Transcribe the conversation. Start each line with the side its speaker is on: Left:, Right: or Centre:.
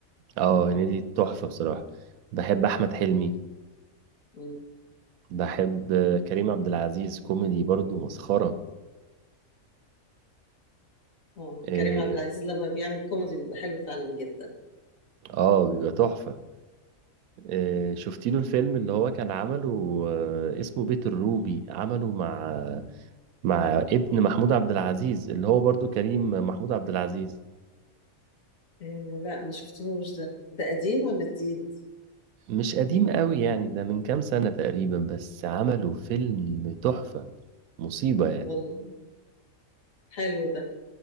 Right: آه، هنيدي تحفة بصراحة بحب أحمد حلمي
Left: مم.
Right: بحب آه، كريم عبد العزيز كوميدي برضو مسخرة
Left: اه
Right: اه
Left: كريم عبد العزيز لما بيعمل كوميدي بيبقى حلو فعلا جدا
Right: آه، بيبقى تحفة آه شفتي له الفيلم اللي هو كان عمله آه اسمه بيت الروبي عمله مع مع ابن محمود عبد العزيز اللي هو برضو كريم محمود عبد العزيز
Left: آه لا ما شفتهوش ده ده قديم ولا جديد
Right: مش قديم قوي يعني ده من كام سنة تقريبا بس عملوا فيلم تحفة مصيبة يعني
Left: والله حلو ده